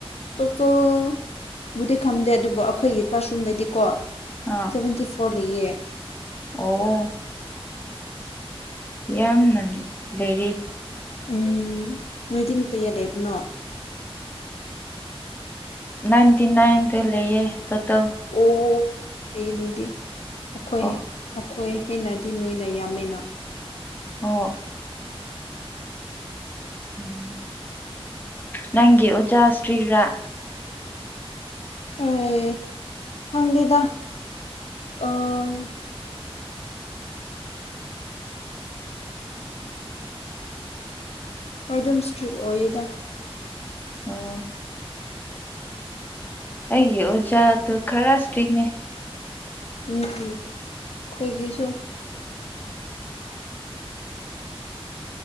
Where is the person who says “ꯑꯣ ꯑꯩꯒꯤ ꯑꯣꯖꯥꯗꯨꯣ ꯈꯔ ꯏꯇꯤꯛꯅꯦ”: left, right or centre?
Left